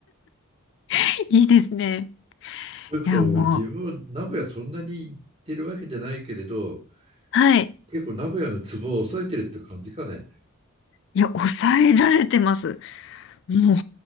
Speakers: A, on the left (about 60°); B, on the right (about 30°).
A: <laughs> いいですね。
B: ということを自分は名古屋そんなに行ってるわけじゃないけれど、
A: いや、もう、はい。
B: 結構名古屋のツボを抑えてるって感じかね。
A: いや、抑えられてます。もう